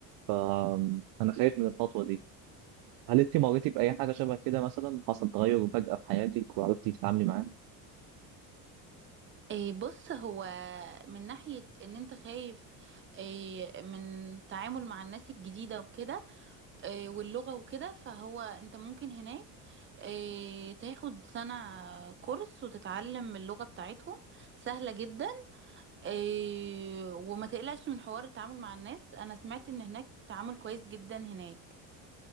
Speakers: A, on the right; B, on the right.
A: أم، انا خايف من الخطوة دي هل انت مريتي بأي حاجة شبه كده مثلا حصل تغير فجأة في حياتك وعرفتي تتعاملي معاه؟
B: إيه بص هو من ناحية ان انت خايف إيه من تعامل مع الناس الجديدة وكده إيه واللغة وكده فهو انت ممكن هناك إيه تاخد سنة كورس وتتعلم اللغة بتاعتهم سهلة جدا إيه وما تقلقش من حوار التعامل مع الناس انا سمعت ان هناك تعامل كويس جدا هناك